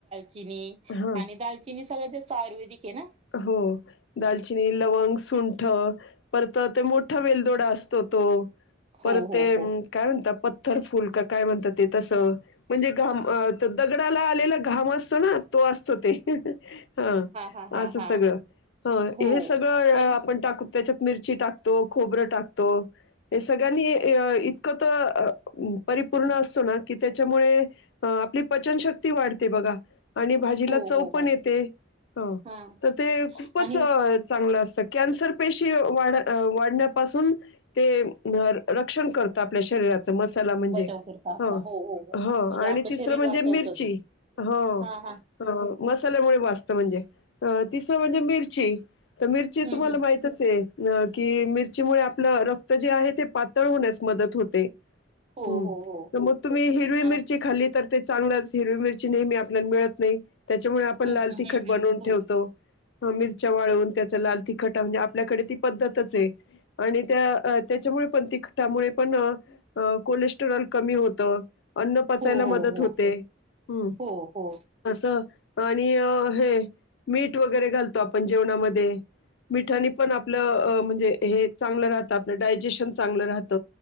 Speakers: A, on the right; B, on the left.
A: चिनी
B: ह
A: आणि दालचिनी सगळ जास्त आयुर्वेदिक आहे ना
B: हो दालचिनी लवंग सुं परत ते मोठा वेलदोडा असतो तो
A: हो
B: पर
A: हो
B: ते
A: हो
B: काय म्हणतात पथथर फुल का काय म्हणतात ते तस म्हणजे घाम दगडाला आलेला घाम असतो ना तो असतो ते हा
A: हा हा
B: असं
A: हा
B: सगळं ह
A: हो
B: हे सगळं
A: पण
B: आपण टाकू त्याच्यात मिरची टाकतो खोबरं टाकतो हे सगळ्यांनी इतकं तर परिपूर्ण असतो ना की त्याच्यामुळे आपली पचनशक्ती वाढते बघा आणि भाजीला
A: हो
B: चव
A: हो
B: पण
A: हो
B: येते ह
A: हा
B: तर ते खूपच
A: आणि
B: चांगलं अस कॅन्सर पेशी वाढण्यापासून ते रक्षण करत आपल्या शरीरात मसाला म्हणजे
A: बचाव करता आपला
B: ह
A: हो हो हो
B: ह
A: म्हणजे
B: आणि
A: आपलं
B: तिसरं
A: शरीर
B: म्हणजे
A: वाचवत
B: मिरची
A: तो
B: ह
A: हा हा
B: अ मसाल्यामुळे वाजत म्हणजे अ तिसरं म्हणजे मिरची तर मिरची
A: हम्म
B: तुम्हाला
A: हम्म
B: माहित असे अ कि मिरचीमुळे आपलं रक्त जे आहे ते पातळ होण्यास मदत होते
A: हो
B: ह्
A: हो हो
B: मग तुम्ही हिरवी मिरची
A: आणि
B: खाल्ली तर चांगलाच हिरवी मिरची नेहमी आपल्याला मिळत नाही त्याच्यामुळे आपण
A: हम्म
B: लाल
A: हम्म
B: तिखट
A: हम्म
B: बनवून
A: हम्म हो
B: ठेवतो मिरच्या वाळवून त्याचा लाल तिखटा म्हणजे आपल्याकडे ती पद्धतच आणि त्या त्याच्यामुळे पामुळे पण कोलेस्टरॉल कमी होत अन्न पचायला
A: हो
B: मदत
A: हो हो
B: होते हम्
A: हो हो
B: आणि हे मीठ वगैरे घालतो आपण जेवणामध्ये मिठाणी पण आपलं म्हणजे हे चांगलं राहतं आपलं डायजेशन चांगलं राहत